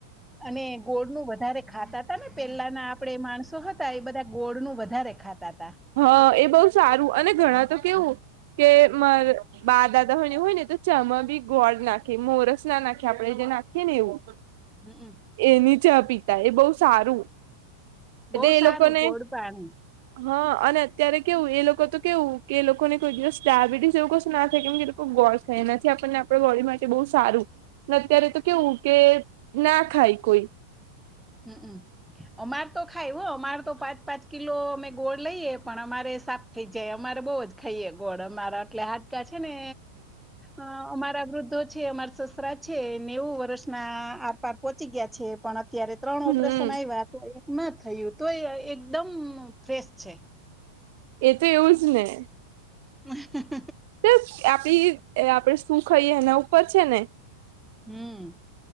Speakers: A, in the centre; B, on the right (about 50°).
A: અને ગોળ નું વધારે ખાતા તા ને પેલાના આપણે માણસો હતા એ બધા ગોળ નું વધારે ખાતા હતા.
B: હા એ બઉ સારું અને ઘણા તો કેવું કે મારે બા દાદાની હોય ને તો ચામાં બી ગોળ નાખે મોરસ નાખે આપણે જે નાખીએ ને એવું.
A: હુકુ.
B: એની ચા પીતા એ બહુ સારું. એટલે
A: બહુ
B: એ
A: સારું
B: લોકો ને
A: ગોળ પાણી.
B: હા અને અત્યારે કેવું એ લોકો તો કેવું કે એ લોકોને કોઈ દિવસ ડાયાબિટીસ એવું કશું ના થાય કેમ કેધું ગોળ ખાય એનાથી આપણને આપડા બોડી માટે બહુ સારું. અત્યારે તો કેવું કે ના ખાય કોઈ.
A: હુકુ. અમાર તો ખાય હો અમાર તો પાંચ પાંચ કિલો અમે ગોળ લઈએ પણ અમારે સાપ થઈ જાય અમારે બઉ જ ખાઈએ ગોળ અમારા એટલે હા ત્યાં છે ને અ અમારા વૃદ્ધો છે અમા છે નેવું વર્ષ ના આરપાર પહોંચી ગયા છે પણ અત્યારે ત્રણ
B: હમ
A: ઓપરેશન આવ્યા એકમાં થયું તો એ એકદમ ફ્રેશ છે.
B: એ તો એવું જ ને.
A: હ
B: સર આપડી આપડે શું ખાઈએ એના ઉપર છે ને?
A: હમ્મ.